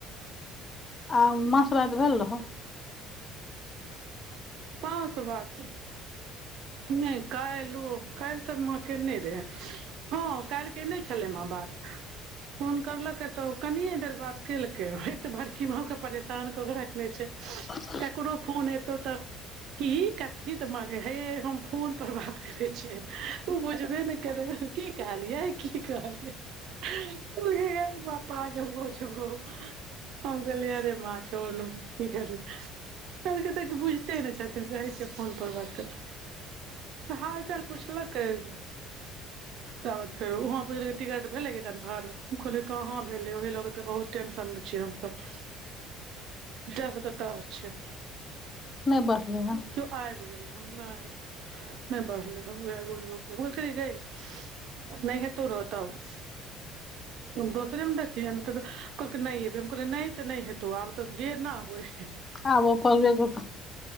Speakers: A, on the left (about 25°); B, on the right (about 60°).
A: आ माँ से बात भेल रहौ।
B: माँ से बात नहि कायलो कैल त माँ केने रहे। हँ काल्हि केने छलै माँ बात। फोन करलकै त कनिये देर बात केलकै फेर तऽ बरकी माँ के परेशान क के रख ने छै।
A: अच
B: कुनो फोन एतौ तऽ कि कथी तऽ माँ गे हे हम फोन पर बात करे छियै ओ बुझबे ने करै। कि कहलियै कि कहलियै। उहेलेल पागल भऽ जबौ। हम कहलीयै अरे मे छोड़ु ने की करबै आइ काइल त बुझते छिये। रहै छियै फोन पर बात करु तऽ हाल चाल पुछल कै। <inaudible> तावत फेर वहाँ पुछल कै टिकट भेले कि कनफार्म हम कहलिये कहा भेलैह वहि लऽ कऽ तऽ बहुत टेंशन मे छिऐ हमसभ।
A: <inaudible>
B: चास कतऽ आ छै।
A: नहि बढ़ले
B: ताबत
A: हे
B: केओ आइब गेले हन नहि नहि बढ़ले उहै गोलियो बोल खेल्हि गे। नहि हे तो ने तब। दोसेरे मे देखियै तऽ कहल के नहि फेर हम कहलिये नहि त नै। तो आब तऽ जेना होइ।
A: आबो कऽ ले गप।